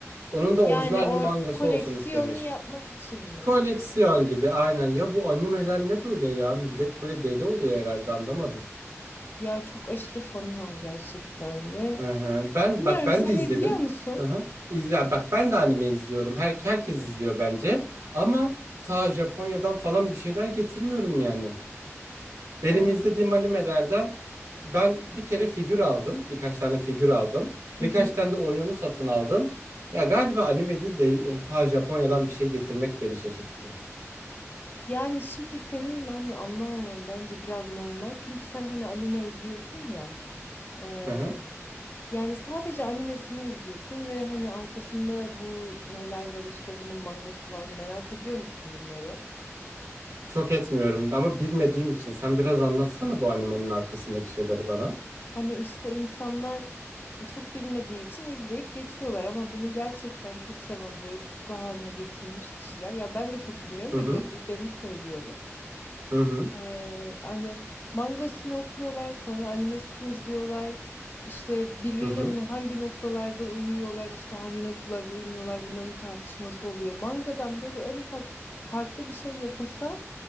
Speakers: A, on the right; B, on the left.
A: Onun da
B: Yani
A: orijinal
B: o
A: bir mangası
B: koleksiyonu
A: olsun istemiş.
B: yapmak için mi?
A: Koleksiyon gibi aynen ya bu animeler ne böyle ya millet böyle deli oluyor herhalde anlamadım.
B: Ya çok aşırı fanı var gerçekten ve
A: Hı hı. Ben
B: bilmiyorum
A: bak ben
B: sen
A: de izledim.
B: izliyor musun?
A: Hı hı. İzle, bak ben de anime izliyorum. Her, herkes izliyor bence. Ama ta Japonya'dan falan bir şeyler getirmiyorum yani. Benim
B: Ee,
A: izlediğim animelerden ben bir kere figür aldım. Birkaç tane figür aldım.
B: hı
A: Birkaç
B: hı.
A: tane de oyununu satın aldım. Ya galiba anime değil de yani ta Japonya'dan bir şey getirmek beni şaşırttı.
B: Yani şimdi senin hani anlamamam bence biraz normal. Çünkü sen hani anime izliyorsun ya. Ee,
A: Hı hı.
B: yani sadece animesini izliyorsun ve hani arkasında bu neler var işte bunun mangası var merak ediyor musun bunları?
A: Çok etmiyorum ama bilmediğim için sen biraz anlatsana bu animenin arkasındaki şeyleri bana.
B: Hani işte insanlar çok bilmediği için izleyip geçiyorlar ama bunu gerçekten çok seven böyle tutku haline getirmiş kişiler. Ya ben de çok bilmiyorum
A: Hı
B: da
A: hı
B: gördüklerimi söylüyorum.
A: hı hı
B: Ee, hani mangasını okuyorlar, sonra animesini izliyorlar. İşte birbirlerine
A: hı hı.
B: hangi noktalarda uyuyorlar, işte hangi noktalarda uyumuyorlar bunların tartışması oluyor. Mangadan böyle en ufak farklı bir şey yapılsa